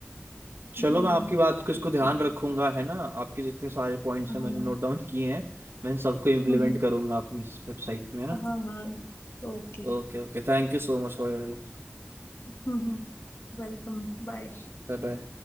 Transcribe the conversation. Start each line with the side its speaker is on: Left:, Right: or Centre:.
Right: चलो
Left: हम्म
Right: मैं आपकी बात को इसको
Left: एक-
Right: ध्यान रखूंगा है ना आपके जितने सारे पॉइंट्स
Left: हाँ
Right: हैं मैंने नोट डाउन किए हैं मैं इन सबको इम्प्लीमेंट
Left: हम्म
Right: करूंगा अपनी इस वेबसाइट में है ना
Left: हाँ हाँ ओके
Right: Okay okay thank you so much for your help
Left: हम्म Welcome bye
Right: Bye bye